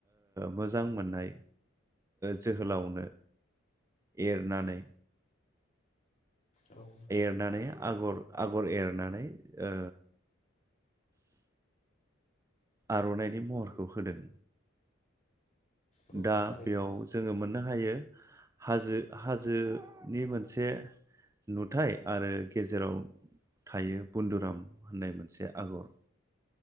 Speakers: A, on the right (about 15°); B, on the left (about 35°).
A: मोजां मोननाय जोहोलावनो एरनानै
B: औ
A: एरनानै आगर आगर एरनानै ओ आर'नाइनि महरखौ होदों
B: औ
A: दा
B: थारैनो
A: बेयाव जोङो मोन नो हायो हाजो हाजोनि मोनसे नुथाइ आरो गेजेराव थायो बुन्दुराम होननाय मोनसे आगर